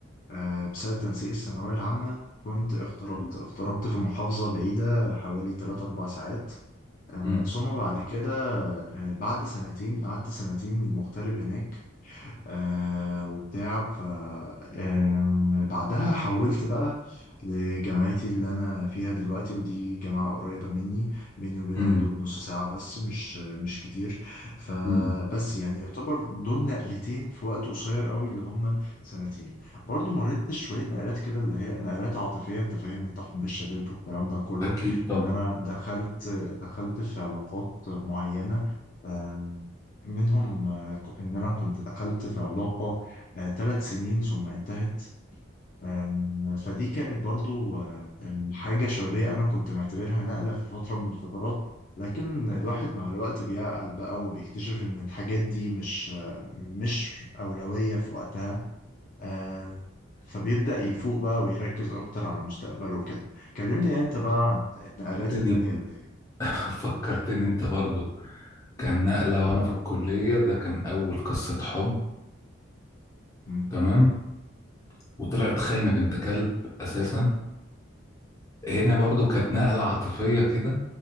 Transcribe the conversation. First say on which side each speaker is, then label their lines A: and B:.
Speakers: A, on the left; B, on the left.
A: آه، بسبب تنسيق الثانوية العامة كنت اغتربت
B: مم.
A: اغتربت في محافظة بعيدة حوالي 3 4 ساعات آه،
B: مم.
A: ثم بعد كده آه، بعد سنتين قعدت سنتين مغترب هناك آه وبتاع ف آم، بعدها حولت بقى لجامعتي اللي انا فيها دلوقتي ودي جامعة قريبة مني بيني وبينها
B: مم.
A: يا دوب نص ساعة بس مش مش كتير فبس
B: مم.
A: يعني يعتبر دول نقلتين في وقت قصير قوي اللي هم سنتين برضو مريت شوية نقلات كده اللي هي نقلات عاطفية انت فاهم انت حب الشباب والكلام ده كله
B: أكيد طبعا
A: ان انا دخلت دخلت في علاقات معينة آم، منهم إن أنا كنت دخلت في علاقة ثلاث سنين ثم انتهت آم، فدي كانت برضو آه، آم، حاجة شبابية أنا كنت معتبرها نقلة في فترة من الفترات لكن الواحد مع الوقت بيعقل بقى وبيكتشف إن الحاجات دي مش آه، مش أولوية في وقتها آه، فبيبدأ يفوق بقى ويركز أكتر على مستقبله وكده كلمني أنت بقى عن النقلات
B: فكرتني
A: التانية اللي
B: <laughs> فكرتني أنت برضو كان
A: م-
B: نقلة وأنا في الكلية ده كان أول قصة حب
A: م.
B: تمام وطلعت خاينة بنت كلب أساسا هنا برضو كانت نقلة عاطفية كده